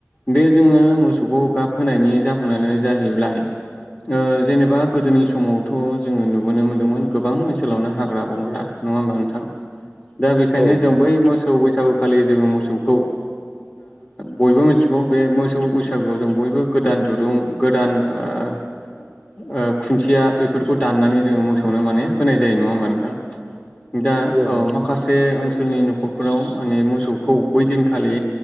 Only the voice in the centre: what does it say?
औ औ
नंगौ
औ
नंगौ